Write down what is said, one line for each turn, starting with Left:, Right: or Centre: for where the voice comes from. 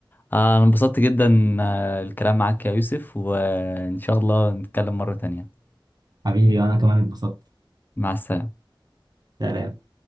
Left: آه، انا انبسطت جدا آه، الكلام معاك يا يوسف وان شاء الله نتكلم مره تانية
Right: حبيبي انا كمان اتبسطت
Left: مع السلامه
Right: سلام